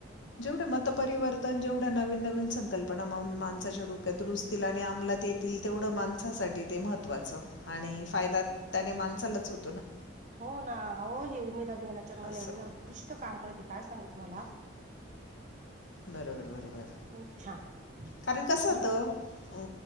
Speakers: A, on the left; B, on the right.
A: जेवढ मतपरिवर्तन जेवढ नवीन नवीन संकल्पना मा माच्या डोक्यात रुजतील आणि आमलात येतील तेवढं माणसासाठी ते महत्त्वाचं आणि फायद्या त्याने माणसालाच होतो ना
B: हो ना हे उमेदा अ बिनाच्या मला
A: असं.
B: एवढे उत्कृष्ट काम करते काय सांगू तुम्हाला
A: बरोबर बरोबर
B: खूप छान
A: कारण कस होतो
B: हो
A: अ